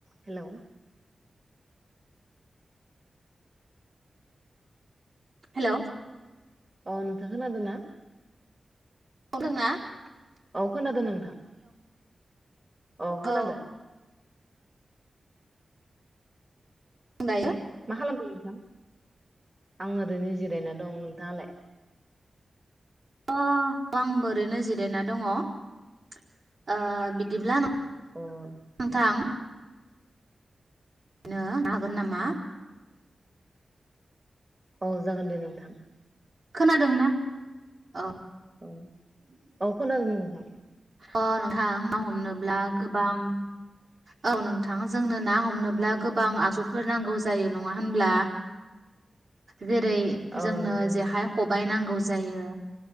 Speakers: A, on the right (about 30°); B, on the right (about 60°).
A: हेलौ
B: हेलौ
A: अ नोंथां खोनादोना
B: <unintelligible>
A: औ खोनादों नों <unintelligible> अ खोनादो
B: औ <unintelligible>
A: खालामदो नोंथां? आं ओरैनो जिरायना दं नोंथाङालाय?
B: अ आं बोरैनो जिरायना दङ ओ- बिदिब्ला
A: अ-उहु
B: नोंथां नो हागोन नामा
A: औ जागोन दे नोंथां
B: खोनादोंना औ
A: औ - औ खनादो नो <unintelligible>
B: अ नोंथां ना हमनोब्ला गोबां औ नोंथाङा जोंनो ना हमनोब्ला गोबां आगजुफोर नांगौ जायो नङा होनब्ला जेरै
A: औ
B: जोंनो
A: नंगौ
B: जेहाय
A: नोंथां
B: खबाइ नांगौ ज जायो